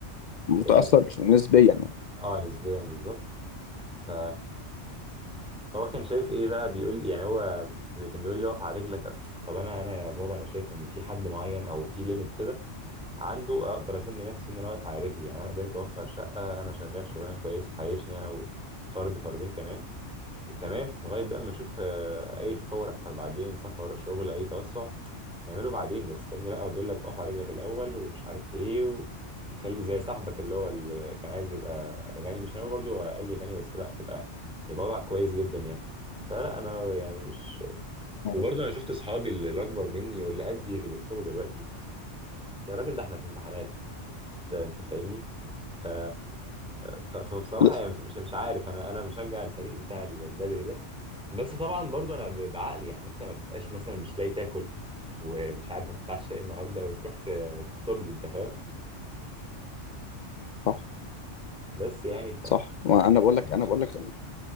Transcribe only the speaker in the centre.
اه
آه، نسبيا بالظبط ف فهو كان شايف ايه بقى بيقول يعني هو كان بيقول لي اقف على رجلك طب انا انا يا بابا انا شايف ان في حد معين او في ليميت كده عنده اقدر اسمي نفسي ان انا واقف على رجلي يعني انا قدرت اوفر شقه انا شغال شغلانه كويسه تعيشني انا وفرد فردين كمان تمام لغايه بقى ما نشوف آه، اي تطور يحصل بعدين سفر شغل اي توسع نعمله بعدين بس فاهمني لا هو بيقول لك اقف على رجلك الاول ومش عارف ايه وخلي زي صاحبك اللي هو اللي كان عايز يبقى غني مش هنقول برضه قال لي غني بس لا تبقى يبقى وضعك كويس جدا يعني فلا انا يعني مش وبرضه
انا شفت اصحابي اللي اكبر مني واللي قدي اللي بيخطبوا دلوقتي يا راجل ده احنا في امتحانات انت انت فاهمني ف... ف... فبصراحه
يعني مش مش مش عارف انا انا بشجع الفريق بتاع ال- البدري ده بس طبعا برضو انا ب- بعقلي يعني انت ما تبقاش مثلا مش لاقي تاكل ومش عارف هتتعشى ايه النهارده وتروح ت- تخطب لي انت فاهم
بس يعني ف